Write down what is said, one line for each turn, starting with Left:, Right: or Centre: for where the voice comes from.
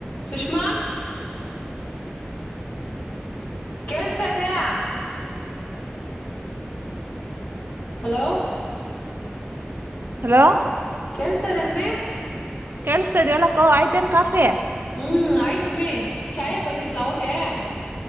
Left: ಸುಷ್ಮಾ ಕೇಳಸ್ತಾ ಇದೇಯ? Hello
Right: hello
Left: ಕೇಳಿಸ್ತದೆನಮ್ಮಿ?
Right: ಕೇಳಸ್ತದ್ ಹೇಳಕ್ಕೋ ಆಯ್ತೇನ್ ಕಾಫಿ?
Left: ಹ್ಮ್ ಆಯ್ತ ಮೀ ಚಾಯ ಬಂದಿದ್ಲ ಅವಗೆ